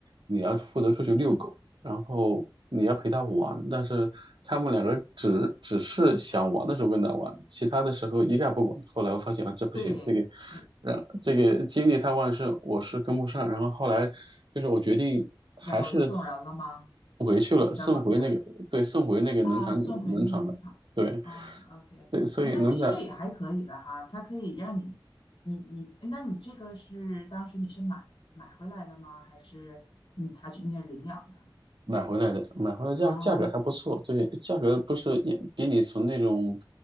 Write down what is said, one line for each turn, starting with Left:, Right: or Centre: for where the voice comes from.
Right: 你要负责出去遛狗。然后你要陪他玩，但是他们两个只只是想玩的时候跟他玩，其他的时候一概不管。后来我发现啊，这不行，
Left: 对，
Right: 这个，
Left: 我
Right: 让这个精力太旺盛，我是跟不上。然后后来就是我决定还是
Left: 然后就送人了吗？
Right: 回去了，送回那个，
Left: 小狗这。
Right: 对，送回那个农场主农场了。
Left: 啊，送回那个农场啊，OK，
Right: 对对，所以农场。
Left: 哎，那其实这也还可以的哈，它可以让你，你你，诶那你这个是当时你是买买回来的吗？还是你他去那儿领养的？
Right: 买回来的，买回来价价格还不错，
Left: 啊
Right: 对，价格不是也比你从那种，